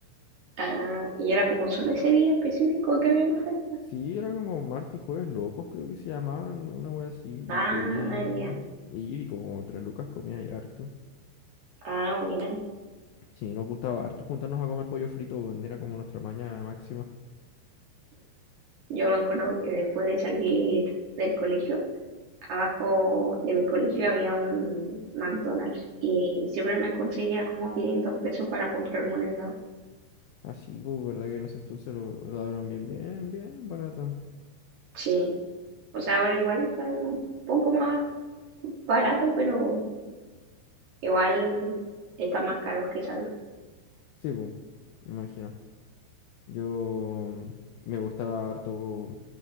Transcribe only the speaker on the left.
Sí, era como martes y jueves locos, creo que se llamaban, una wea así,
y podía ir,
ir y como entre lucas comía y harto.
Sí, nos gustaba harto juntarnos a comer pollo frito, weón, era como nuestra maña máxima.
Así, pues, ¿verdad que en ese entonces lo, lo daban bien, bien, bien barato?
Sí, pues, me imagino. Yo mm, me gustaba harto co-